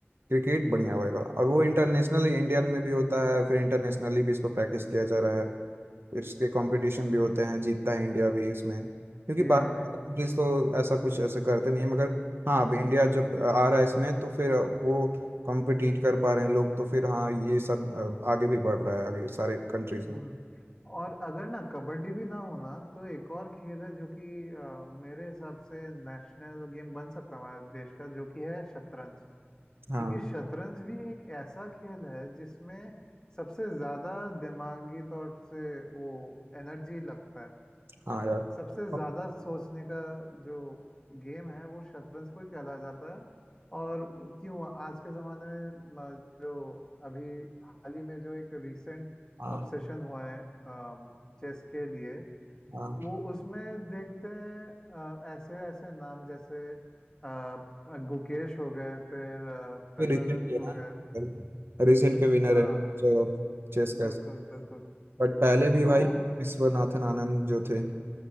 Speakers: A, on the right; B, on the left.
A: क्रिकेट बढ़िया होएगा और वो इंटरनेशनली इंडियन में भी होता है फिर इंटरनेशनली भी इसको प्रैक्टिस किया जा रहा है फिर उसके कंपटीशन भी होते हैं जीतता है इंडिया भी इसमें क्योंकि
B: जी
A: बाकी
B: जी जी
A: कंट्रीज तो ऐसा कुछ ऐसा करते नहीं है मगर हाँ अब इंडिया जब आ रहा है इसमें तो फिर वो कॉम्पिटिट कर पा रहे हैं लोग तो फिर हाँ ये सब अ, आगे भी बढ़ रहा है आगे सारे कंट्रीज
B: हम्म
A: में
B: और अगर ना कबड्डी भी ना होना तो एक और खेल है जो कि अ, मेरे हिसाब से नेशनल गेम बन सकता है हमारे देश का जो कि है शतरंज
A: हाँ
B: क्योंकि शतरंज भी एक ऐसा खेल है जिसमें सबसे ज्यादा दिमागी तौर से वो एनर्जी लगता है
A: हाँ यार
B: सबसे
A: अब-
B: ज्यादा सोचने का जो गेम है वो शतरंज को ही कहला जाता है और क्यों आज के जमाने में म, जो अभी हाल ही में जो एक रिसेंट
A: हाँ
B: ऑब्सेशन हुआ है चेस के लिए
A: हाँ
B: वो उसमें देखते हैं अ, ऐसे ऐसे नाम जैसे अ, गुकेश हो गए फिर अ, प्रज्ञानंद
A: ये रिसेंट के
B: हो
A: ना
B: गए
A: रिसेंट के विनर
B: हाँ
A: है चलो चेस
B: बिल्कुल
A: का
B: बिल्कुल
A: बट पहले भी भाई
B: तो
A: विश्वनाथन आनंद जो थे